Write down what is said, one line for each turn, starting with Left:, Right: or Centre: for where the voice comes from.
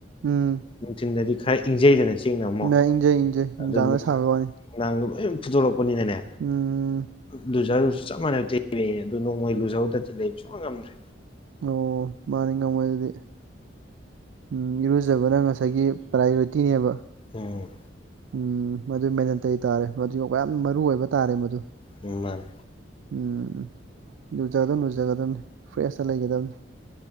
Right: ꯎꯝ
Left: ꯅꯨꯡꯊꯤꯟꯗꯗꯤ ꯈꯔ ꯏꯪꯖꯩꯗꯅ ꯆꯦꯛꯅ ꯑꯃꯨꯛ
Right: <unintelligible> ꯏꯪꯖꯩ ꯏꯪꯖꯩ ꯅꯨꯡꯗꯥꯡꯗ
Left: ꯑꯗꯨ
Right: ꯁꯥꯕꯩ ꯋꯥꯅꯤ
Left: ꯅꯨꯡꯗꯥꯡꯗ ꯂꯣꯏ ꯐꯨꯗꯣꯔꯛꯄꯅꯤꯅꯅꯦ
Right: ꯎꯝ
Left: ꯑꯗꯨꯖꯥꯔꯁꯨ ꯆꯞ ꯃꯥꯅꯩ <unintelligible> ꯅꯣꯡꯃꯩ ꯂꯨꯖꯧꯍꯧꯗ꯭ꯔꯗꯤ ꯂꯩꯕ ꯁꯨꯛꯉꯝ ꯉꯝꯗ꯭ꯔꯦ
Right: ꯑꯣ ꯃꯥꯅꯤ ꯉꯝꯃꯣꯏ ꯑꯗꯨꯗꯤ ꯎꯝ ꯏꯔꯨꯖꯕꯅ ꯉꯁꯥꯏꯒꯤ ꯄ꯭ꯔꯥꯏꯌꯣꯔꯤꯇꯤꯅꯦꯕ
Left: ꯎꯝ
Right: ꯎꯝ ꯃꯗꯨ ꯃꯦꯟ ꯇꯩ ꯇꯥꯔꯦ ꯃꯗꯨ ꯌꯥꯝ ꯃꯔꯨ ꯑꯣꯏꯕ ꯇꯥꯔꯦ ꯃꯗꯨ
Left: ꯎꯝ ꯃꯥꯅꯤ
Right: ꯎꯝ ꯂꯨꯖꯒꯗꯝ ꯂꯨꯖꯒꯗꯝꯕꯅꯤ ꯐ꯭ꯔꯦꯁꯇ ꯂꯩꯒꯗꯝꯅꯤ